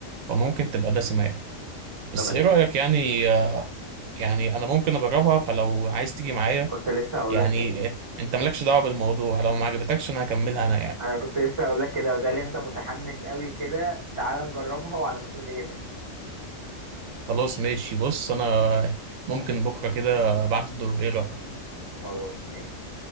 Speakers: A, on the right; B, on the right.
A: فممكن
B: مم.
A: تبقى دسمه يعني بس
B: طب انت
A: ايه رايك يعني يعني انا ممكن اجربها فلو عايز تيجي معايا
B: كنت لسه هقول
A: يعني
B: لك كده
A: آه، انت مالكش دعوه بالموضوع لو ما عجبتكش انا هكملها انا يعني
B: انا كنت لسه هقول لك كده وده اللي انت متحمس قوي كده تعال نجربها وعلى مسؤوليتك
A: خلاص ماشي بص انا ممكن بكره كده بعد الظهر ايه رايك
B: خلاص ماشي